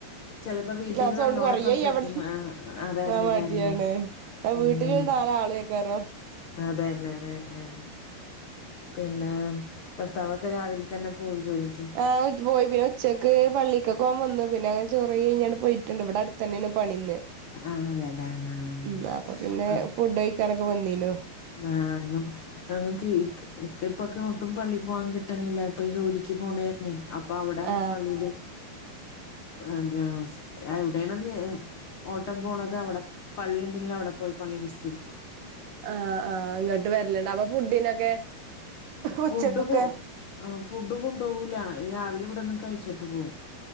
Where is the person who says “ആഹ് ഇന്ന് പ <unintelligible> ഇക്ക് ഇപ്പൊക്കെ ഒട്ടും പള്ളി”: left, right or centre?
Left